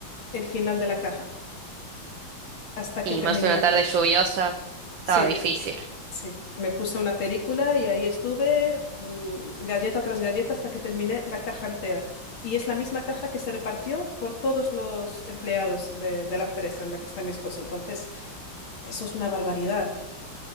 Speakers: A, on the left; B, on the right.
A: el final de la caja, hasta
B: Y
A: que terminé
B: más una
A: la
B: tarde
A: caja.
B: lluviosa, estaba
A: Sí,
B: difícil.
A: sí. Me puse una película y ahí estuve, mm, galleta tras galleta, hasta que terminé la caja entera. Y es la misma caja que se repartió por todos los empleados de, de la empresa en la que está mi esposo. Entonces, Eso es una barbaridad.